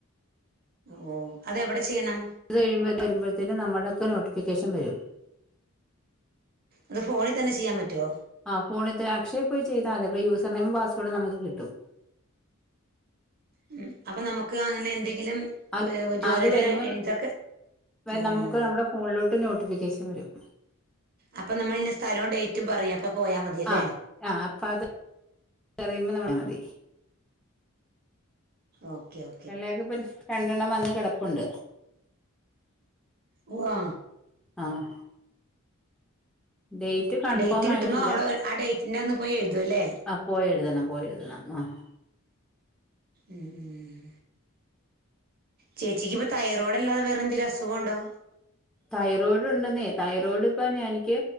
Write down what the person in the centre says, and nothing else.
അതു കഴിയുമ്പ വരുമ്പഴത്തേന് നമ്മുടൊക്കെ നോട്ടിഫിക്കേഷൻ വരും.
ആഹ് ഫോണി തെ അക്ഷയ പോയി ചെയ്താ മതി അപ്പ യൂസർ നെയിം പാസ് വേഡും നമുക്ക് കിട്ടും.
അത്
അത് വരുമ്പം
നമുക്ക് നമ്മുടെ ഫോണിലോട്ട് നോട്ടിഫിക്കേഷൻ വരും.
ആഹ് ആഹ് അപ്പ അത് അറിയുമ്പോ നമ്മള് മതി
ഇളയാൾക്കിപ്പം രണ്ടെണ്ണം വന്ന് കിടപ്പുണ്ട്.
ആഹ് ഡേറ്റ് കൺഫേം
ആയിട്ടില്ല
ആ പോയെഴുതണം പോയെഴുതണം ആഹ്
തൈറോയ്ഡ്ണ്ടെന്നേ തൈറോയ്ഡ്പ്പൊ ഞനിക്ക്